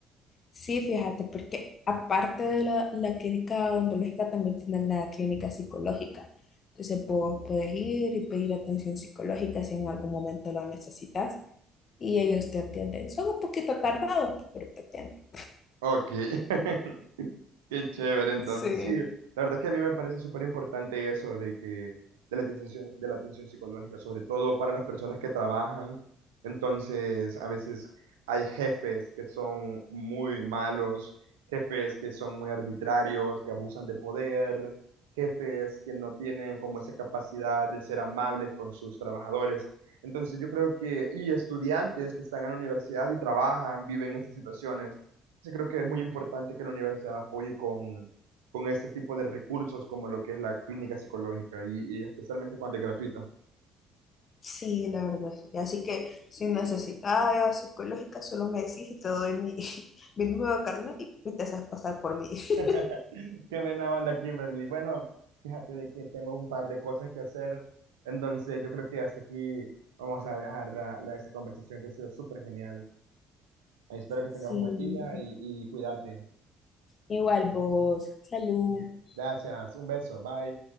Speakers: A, on the left; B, on the right.
A: Sí, fíjate, porque aparte de la, la clínica odontológica, también tienen la clínica psicológica. Entonces, vos puedes ir y pedir atención psicológica si en algún momento la necesitas y ellos te atienden. Son un poquito tardados, pero te atienden.
B: Ok. <laughs> Qué chévere, entonces,
A: Sí.
B: sí, la verdad es que a mí me parece súper importante eso de que, de la atención, de la atención psicológica, sobre todo para las personas que trabajan. Entonces, a veces hay jefes que son muy malos, jefes que son muy arbitrarios, que abusan de poder, jefes que no tienen como esa capacidad de ser amables con sus trabajadores. Entonces, yo creo que, y estudiantes que están en la universidad y trabajan, viven estas situaciones. Sí, creo que es muy importante que la universidad apoye con, con este tipo de recursos como lo que es la clínica psicológica y, y especialmente cuando es gratuita.
A: Sí, la verdad, sí. Así que si necesitas ayuda psicológica, solo me decís y te doy mi, <laughs> mi nuevo carnet y y te haces pasar por mí. <laughs>
B: <laughs> Qué buena onda, Kimberly. Bueno, fíjate de que tengo un par de cosas que hacer, entonces yo creo que hasta aquí vamos a dejar la, la- esta conversación que ha sido súper genial. Espero que tengas
A: Sí,
B: un buen día y, y cuídate.
A: igual vos. Salud.
B: Gracias, un beso, bye.